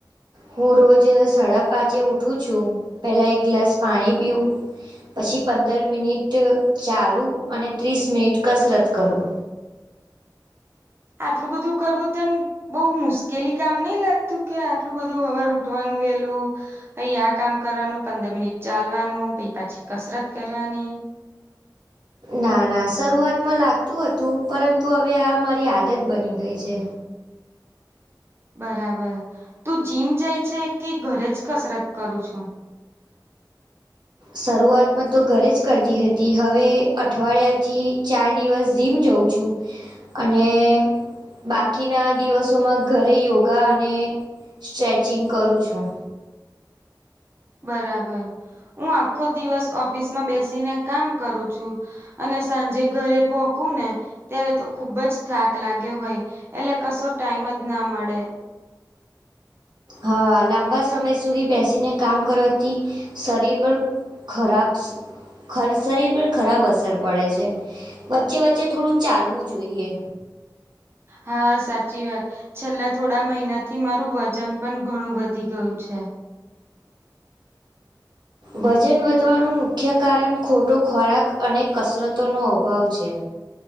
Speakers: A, on the right (about 70°); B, on the right (about 30°).
A: હું રોજ સાડા પાચે ઊઠું છું પહેલાં એક ગ્લાસ પાણી પીવું પછી પંદર મિનિટ ચાલું અને ત્રીસ મિનિટ કસરત કરૂ.
B: આટલું બધું કરવું તન બઉુ મુશ્કેલી કામ નઈ લાગતું કે આટલું બધું હવાર ઉઠવાનું વેલું ઈ આ કામ કરવાનું પંદર મિનિટ ચાલવાનું પહી પાછી કસરત કરવાની.
A: ના ના શરૂઆતમાં લાગતું હતું પરંતુ હવે આ મારી આદત બની ગઈ છે.
B: બરાબર તું જીમ જાય છે કે ઘરે જ કસરત કરું છું?
A: શરૂઆતમાં તો ઘરે જ કરતી હતી હવે અઠવાડિયાથી ચાર દિવસ જીમ જવું છું. અને બાકીના દિવસોમાં ઘરે યોગા અને સ્ટ્રેચિંગ કરું છું.
B: બરાબર હું આખો દિવસ ઓફિસમાં બેસી ને કામ કરું છું. અને સાંજે ઘરે પોહકું ને ત્યારે તો ખુબ જ થાક લાગ્યો હોય એટલે કશો ટાઈમ જ ના મળે.
A: હા લાંબા સમય સુધી બેસીને કામ કરવાથી શરીર પણ ખરાબ ખર શરીર પર ખરાબ અસર પડે છે વચ્ચે વચ્ચે થોડું ચાલવું જોઈએ.
B: હા સાચી વાત. છેલ્લા થોડા મહિનાથી મારું વજન પણ ઘણું વધી ગયું છે.
A: વજન વધવાનું મુખ્ય કારણ ખોટો ખોરાક અને કસરતોનો અભાવ છે.